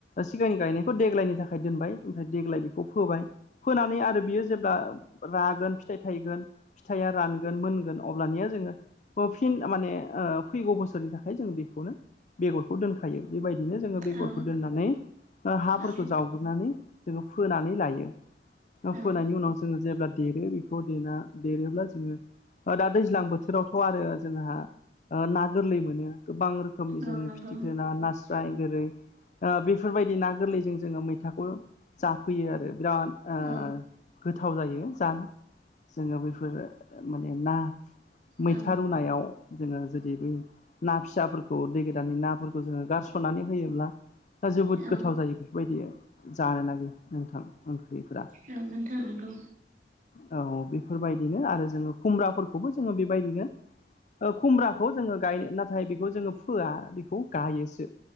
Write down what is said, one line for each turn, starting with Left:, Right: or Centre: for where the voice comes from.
Left: सिगांनि गायनायखौ देग्लायनि थाखाय दोनबाय ओमफ्राय देग्लायनिखौ बा फोबाय फोनानै आरो बियो जेब्ला रागोन फिथाइ थायगोन फिथाइया रानगोन मोनगोन अब्लानिया जोंङो फिन माने ओ फैगौ बोसोरनि थाखाय जों बेखौनो बेगरखौ दोनखायो बेबायदि बिदिनो जोङो बेगरफोर
Right: औ
Left: दोननानै ओ हाफोरखौ
Right: औ
Left: जावग्रोनानै जोंङो फोनानै लायो
Right: औ
Left: फोनायनि उनाव जोंङो जेब्ला देरो बेखौ देना देरोब्ला जोंङो दा दैज्लां बोथोरावथ' आरो जोंहा ओ ना गोरलै मोनो गोबां रोखोमनि
Right: औ
Left: जोंङो
Right: नंगौ
Left: फिथिख्रिना नास स्राय गोरै ओ बेफोरबायदि ना गोरलैजों जोंङो मैथाखौ जाफैयो आरो बिराद ओ
Right: औ
Left: गोथाव जायो जानो जोंङो बैफोर माने ना मैथा
Right: औ
Left: रुनायाव जोंङो जुदि बै ना फिसाफोरखौ दै गोदाननि नाफोरखौ जोङो गारसननानै होयोब्ला दा जोबोद
Right: औ
Left: गोथाव जायो बेफोरबायदि जानो नागै नोंथां ओं ख्रिफ
Right: औ नोंथां नंगौ
Left: औ बे <unintelligible> बेफोरबायदिनो आरो जोंङो खुमब्राफोरखौबो जोंङो बेबायदिनो ओ खुमब्राखौ जोंङो गायनो नाथाय बेखौ जोंङो फोआ बेखौ गायोसो।